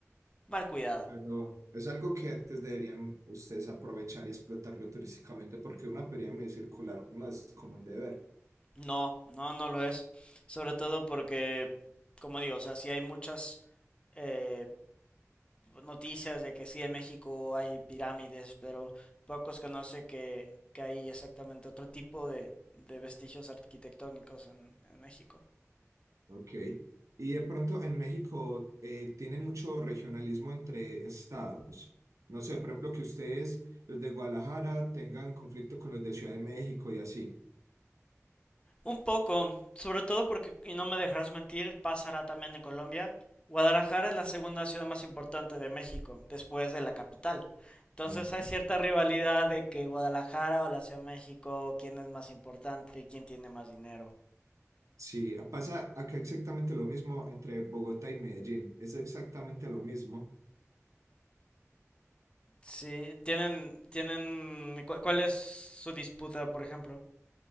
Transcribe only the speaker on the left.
mal cuidada.
No, no, no lo es. Sobre todo porque, como digo, o sea, sí hay muchas eh, noticias de que sí en México hay pirámides, pero pocos conocen que, que hay exactamente otro tipo de, de vestigios arquitectónicos en, en México.
Un poco, sobre todo porque, y no me dejarás mentir, pasará también en Colombia. Guadalajara es la segunda ciudad más importante de México, después de la capital. Entonces
hay cierta rivalidad de que Guadalajara o la Ciudad de México, quién es más importante, quién tiene más dinero.
Sí, tienen, tienen, cu- ¿cuál es su disputa, por ejemplo?